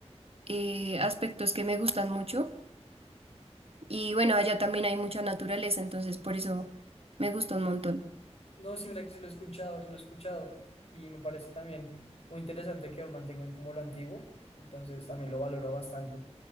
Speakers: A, on the right (about 60°); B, on the left (about 60°).
A: eh, aspectos que me gustan mucho. Y bueno, allá también hay mucha naturaleza, entonces por eso me gusta un montón.
B: No, sí, mira que sí lo he escuchado, sí lo he escuchado. Y me parece también muy interesante que aún mantengan como lo antiguo. Entonces también lo valoro bastante.